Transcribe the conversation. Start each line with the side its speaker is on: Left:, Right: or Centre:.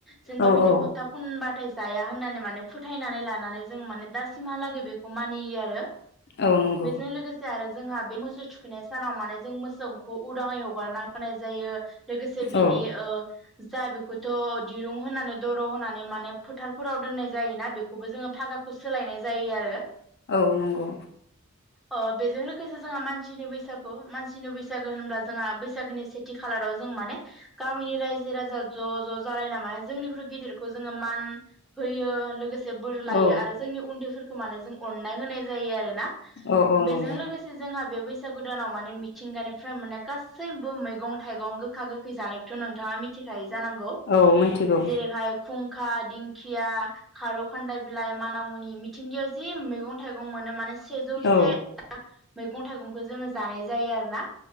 Centre: जेनेबा
Left: औ
Centre: बिदि
Left: औ
Centre: फथा फुनबाथाय जाया होननानै माने फोथायनानै लानानै जों माने दास सिमहाला गै बो मानियो आरो
Left: औ नंगौ
Centre: बेजों लोगोसे आरो जोंहा बे मोसौ थुखैनाय सानाव माने जों मोसौखौ उदांङै हगारना होनाय जायो लोगोसे बिनि
Left: औ
Centre: ओ जा बेखौथ' दिरुं होनानै दर' होनानै माने फोथारफोराव दोननाय जायोना बेखौबो जोङो फागाखौ सोलायनाय जायो आरो
Left: औ नंगौ
Centre: अ बेजों लोगोसे जोंहा मान खिनि बैसागु मानसिनि बैसागो होनब्ला जोंहा बैसागोनि सेथि खालाराव जों माने गामिनि रायजो राजा ज' ज' जालायना मान जोंनिख्रुइ गिदिरखौ जोङो मान होयो लोगोसे एसे बोर लायो
Left: औ
Centre: आरो जोंनि उन्दैफोरखौ माने जों नाय होनाय जायो आरो ना
Left: औ औ
Centre: बेजों
Left: नंगौ
Centre: लोगोसे जोंहा बेबा बैसागुदानाव माने मिथिंगानिफ्राय मोननाय गासैबो मैगं थाइगं गोखा गोखै जानायखौथ' नोंथांङा मिथिखायो जानांगौ
Left: औ मिथिगौ
Centre: जेरैहाय खुं खा दिंखिया खारौ खान्दाय बिलाइ माना मुनि मिथिंगिायाव मेगं थाइगं मोनो माने से जौसे
Left: औ
Centre: मैगं थाइगंखौ जोङो जानाय जायो आरो ना